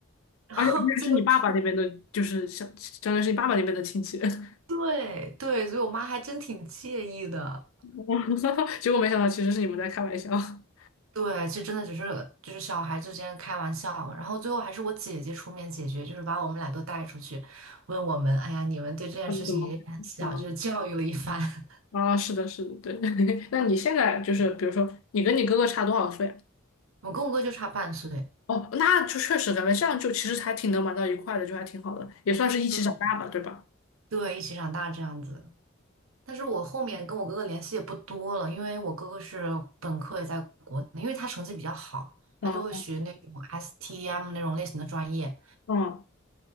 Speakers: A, on the right; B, on the left.
A: <laughs> 然后最后出，
B: 而且而且是你爸爸那边的，就是相相当于是你爸爸那边的亲戚。<laughs>
A: 对对，所以我妈还真挺介意的。
B: <laughs> 结果没想到其实是你们在开玩笑。<laughs>
A: 对，就真的只是就是小孩之间开玩笑嘛，然后最后还是我姐姐出面解决，就是把我们俩都带出去，问我们，哎呀，你们对这件事情也很小，
B: 他们怎么？啊
A: 就是教育了一番。<laughs>
B: 啊，是的，是的，对。<laughs> 那你现在就是，比如说，你跟你哥哥差多少岁啊
A: 我跟我哥就差半岁，
B: 哦，那就确实咱们这样就其实还挺能玩到一块的，就还挺好的，也算是一起长大吧，
A: 对
B: 对吧？
A: 对，一起长大这样子。但是我后面跟我哥哥联系也不多了，因为我哥哥是本科也在国内，因为他成绩比较好，
B: 嗯
A: 他就会学那种 STEM 那种类型的专业，
B: 嗯，